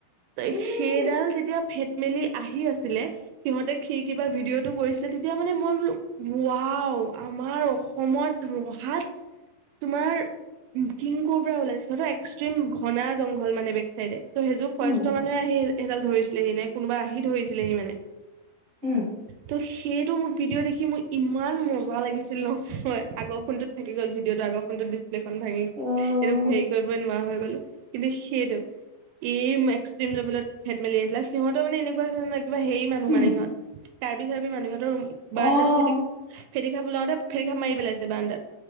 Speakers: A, on the right (about 80°); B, on the right (about 30°).
A: তাই
B: উম,
A: সেইডাল যেতিয়া ফেট মেলি আহি আছিলে সিহঁতে খিৰকী পা ভিডিঅ'টো কৰিছিলে তেতিয়া মানে মই বোলো ওৱাওঁ আমাৰ সময়ত ৰুহাত তোমাৰ কিংকোব্ৰা ওলাইছিল সিহঁতৰ এক্সট্ৰিম ঘনা জংঘল মানে বেক চাইডে। ত সেইযোৰ ফৰেষ্টৰ
B: উম,
A: মানুহে আহি সেইডাল ধৰিছিলেহি নে কোনোবা আহি ধৰিছিলেহি মানে।
B: উম,
A: ত সেইটো মোৰ ভিডিঅ দেখি মোৰ ইমান মজা লাগিছিল নহয়, আগৰ ফোনটোত থাকি গ'ল ভিডিঅ টো আগৰ ফোনটোত দি প্ৰেইটখন ভাঙি এইটো
B: অ',
A: হেৰি কৰিবই নোৱাৰা হৈ গল। কিন্তু সেইটো ই এক্সট্ৰিম লেভেলত ফেট মেলি আছিলে, সিহতৰ মানে এনেকুৱা ধৰণ কিবা হেৰি মানুহ
B: উম,
A: মানে সিহঁত কাৰ্বি চাৰ্বি মানুহ, সিহঁতৰ
B: অ',
A: বাৰান্দাটো খেতি কৰে। ফেঁটি সাপ ওলাওতে, ফেঁটি সাপ মাৰি পেলাইছে বাৰান্দাত